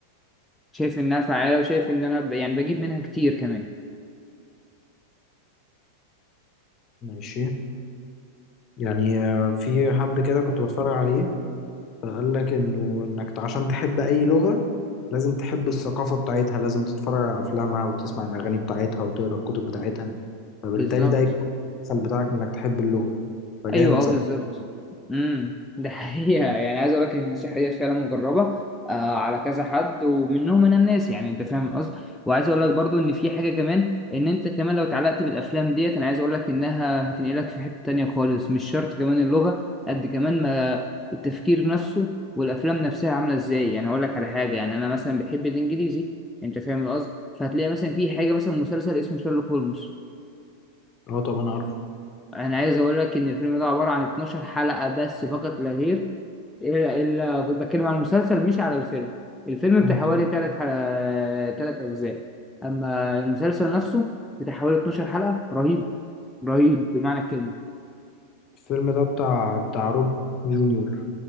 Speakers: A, in the centre; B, on the left.
A: شايف إنها فعالة وشايف إن أنا ب... يعني بجيب منها كتير كمان
B: ماشي يعني آه، في حد كده كنت بتفرج عليه فقال لك انه انك عشان تحب اي لغة لازم تحب الثقافة بتاعتها لازم تتفرج على افلامها وتسمع الاغاني بتاعتها وتقرا الكتب بتاعتها فبالتالي
A: بالظبط
B: ده يكون الدخل بتاعك انك تحب اللغة فجامد
A: ايوه اه
B: صدق
A: بالظبط امم ده حقيقه يعني عايز اقول لك ان النصيحه ديت فعلا مجربه آه على كذا حد ومنهم انا الناس يعني انت فاهم القصد وعايز اقول لك برضو ان في حاجه كمان ان انت كمان لو اتعلقت بالافلام ديت انا عايز اقول لك انها هتنقلك في حته تانية خالص مش شرط كمان اللغه قد كمان ما التفكير نفسه والافلام نفسها عامله ازاي يعني هقول لك على حاجه يعني انا مثلا بحب الانجليزي انت فاهم القصد فهتلاقي مثلا في حاجه مثلا مسلسل اسمه شارلوك هولمز
B: اه طب انا عارفه
A: انا عايز اقول لك ان الفيلم ده عباره عن 12 حلقه بس فقط لا غير الا الا كنت بتكلم عن المسلسل مش على الفيلم الفيلم
B: مم.
A: بتاع حوالي 3 3 اجزاء اما المسلسل نفسه بتاع حوالي 12 حلقه رهيب رهيب بمعنى الكلمه
B: الفيلم ده بتاع بتاع روبرت جونيور